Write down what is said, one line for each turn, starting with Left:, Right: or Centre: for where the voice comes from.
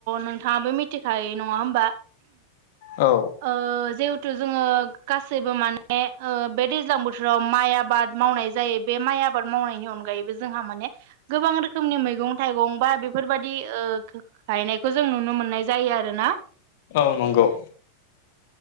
Right: नोंथाङाबो मिथिखायो नङा होमबा?
Left: ओ
Right: ओ जिहेथु जोङो गासैबो माने ओ बे दैज्लां बो फ्राव माइ आबाद मावनाय जायो बे माइ आबाद मावनायनि अनगायै जोंहा माने गोबां रोखोमनि मैगं थाइगं बा बेफोरबाददि ओ गायनायखौ जों नुनो मोननाय जायो आरो ना
Left: औ नंगौ